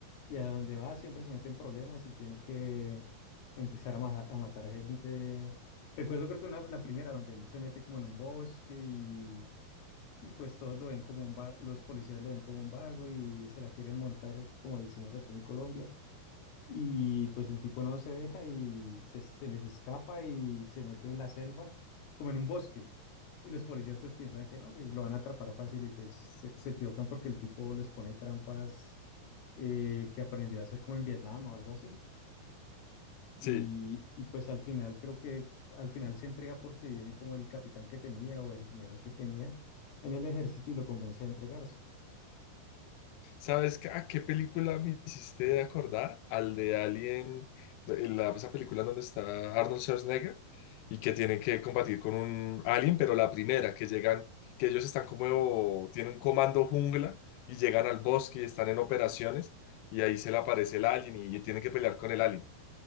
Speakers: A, on the left; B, on the left.
A: y a donde va siempre se meten problemas y tiene que empezar a, ma- a matar gente. Recuerdo creo que una, la primera donde él se mete como en un bosque y, y pues todos lo ven como un va- los policías lo ven como un vago y se la quieren montar como decimos aquí en Colombia. Y pues el tipo no se deja y se, se les escapa y se mete en la selva, como en un bosque. Y los policías pues piensan que no, que lo van a atrapar fácil y pues se, se equivocan porque el tipo les pone trampas eh, que aprendió a hacer como en Vietnam o algo así.
B: Sí.
A: Y, y pues al final creo que al final se entrega porque viene como el capitán que tenía o el general que tenía en el ejército y lo convence a entregarse.
B: ¿Sabes qué- a qué película me hiciste acordar? Al de Alien, de- la, esa película en donde está Arnold Schwarzenegger y que tienen que combatir con un alien, pero la primera, que llegan, que ellos están como, tienen un comando jungla y llegan al bosque y están en operaciones y ahí se le aparece el alien y, tienen que pelear con el alien.